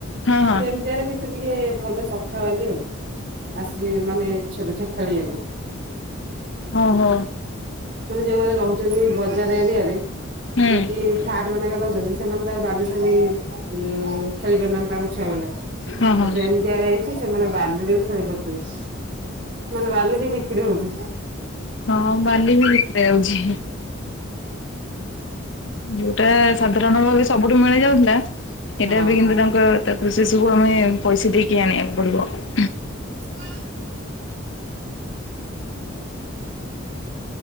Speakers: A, on the left; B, on the right.
A: ହଁ ହଁ
B: ସେମିତି ଆରେ ମତେ ଟିକେ ଭଲ ସଫାବାଲି ଆଉ ଆସଛି ମାନେ ଛୋଟ ଛୁଆ ଖେଳିବାକୁ।
A: ଓହୋ।
B: ମାନେ ଯୋଉମାନେ ରହୁଛନ୍ତି ବଜାର ଏରିଆରେ
A: ହୁଁ
B: ଏମତି ଫ୍ଲାଟ ମାନଙ୍କରେ ରହୁଚନ୍ତି ସେମାନେ ତ ଆଉ ବାଲି ଫାଲି ଉଁ ଖେଳି ପାରୁନାହାନ୍ତି ତାଙ୍କ ଛୁଆମାନେ
A: ହଁ
B: ତ
A: ହଁ
B: ସେମ ଦିଆ ହେଇଛି ସେମାନେ ବାଲିରେ ବି ଖେଳି ପାରୁଛନ୍ତି ମିନେ ବାଲି ବି ବିକ୍ରି ହଉଛି।
A: ହଁ ବାଲିବି ଭିତରେ ହଉଛି। ଯୋଉଟା ସାଧାରଣ ଭାବେ ସବୁଠୁ ମିଳି ଯାଉଥିଲା ସେଇଟା
B: ହଁ।
A: ଏବେ କିନ୍ତୁ ତାଙ୍କ ତ ସେ ସବୁ ଆମେ ପଇସା ଦେଇକି ଆଣିବାକୁ ପଡିବ।
B: <inaudible>